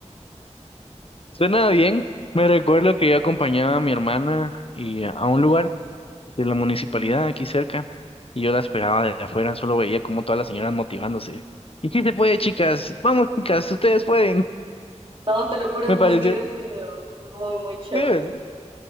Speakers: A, on the left; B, on the right.
A: Suena bien. Me recuerdo que yo acompañaba a mi hermana y a un lugar de la municipalidad aquí cerca y yo la esperaba de afuera, solo veía como todas las señoras motivándose. ¿Y sí se puede, chicas? Vamos, chicas, ustedes pueden.
B: No, te lo juro,
A: Me
B: es muy
A: pareció,
B: divertido. Es muy, muy chévere.
A: sí,